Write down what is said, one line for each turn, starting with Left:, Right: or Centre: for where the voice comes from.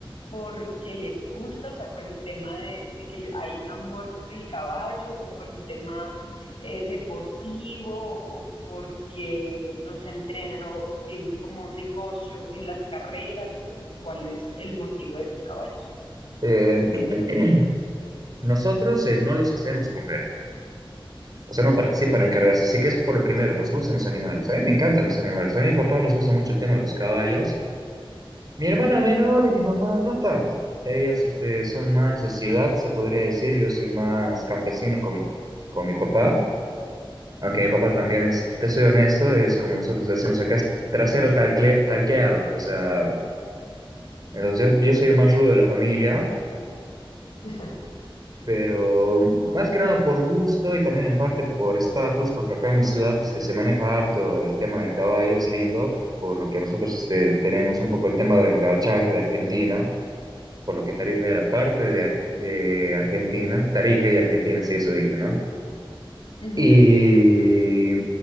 Left: porque les gusta, o sea, por el tema de, de que le- hay un amor por el caballo o por un tema eh, deportivo o porque los entrenan o, o tienen como un negocio en las carreras o, o cuál es el motivo de los caballos?
Right: Eh, <clears throat> nosotros eh, no los hacemos correr. O sea, no participan en carreras. Así que es por lo primero, nos gustan los animales. A mí me encantan los animales. A mí, mi papá nos gusta mucho el tema de los caballos. Mi hermana menor y mi mamá no tanto. Ellas este, son más de ciudad, se podría decir. Yo soy más campesino con mi, con mi papá. Aunque mi papá también es, te soy honesto, es como nosotros decimos acá, es trasero talcle- talqueado. O sea, entonces yo, yo soy el más rudo de la familia.
Left: <laughs>
Right: pero más que nada por gusto y también en parte por estatus, porque acá en mi ciudad este, se maneja harto el tema del caballo, es lindo, por lo que nosotros este, tenemos un poco el tema del gauchaje de Argentina, por lo que Tarija era parte de, Ar- de Argentina, Tarija y Argentina, sí, eso dije, ¿no?
Left: Ujú,
Right: Y